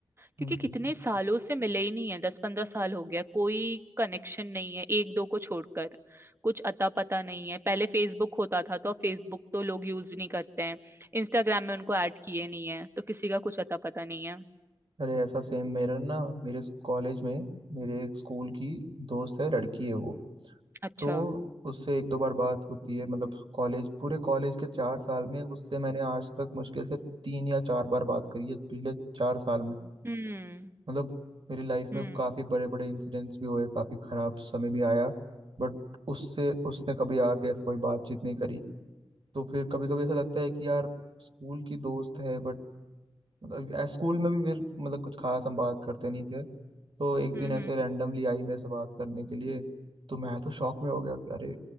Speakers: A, on the right (about 25°); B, on the right (about 70°).
A: क्योंकि
B: हम्म।
A: कितने सालों से मिले ही नहीं है दस पंद्रह साल हो गया कोई कनेक्शन नहीं है एक दो को छोड़कर कुछ अता पता नहीं है पहले फेसबुक होता था तो फेसबुक तो लोग यूज भी नहीं करते हैं इंस्टाग्राम में उनको ऐड किए नहीं है तो किसी का कुछ अता पता नहीं है
B: अरे ऐसा सेम मेरा ना मेरे कॉलेज में मेरे एक स्कूल की दोस्त है लड़की है वो
A: अच्छा
B: तो उससे एक दो बार बात होती है मतलब कॉलेज पूरे कॉलेज के चार साल में उससे मैंने आज तक मुश्किल से तीन या चार बार बात करी है पिछले चार साल में
A: हम्म
B: मतलब मेरी लाइफ
A: हम्म
B: में काफ़ी बड़े बड़े इंसिडेंट्स भी हुए काफ़ी खराब समय भी आया बट उससे उसने कभी आके ऐसा कोई बातचीत नहीं करी तो फिर कभी कभी ऐसा लगता है कि यार स्कूल की दोस्त है बट मतलब ऐ- स्कूल में भी फिर मतलब कुछ खास हम बात करते नहीं थे तो एक
A: हम्म
B: दिन ऐसे
A: हम्म,
B: रैंडमली आई मेरे से बात करने के लिए तो मैं तो शॉक में हो गया कि अरे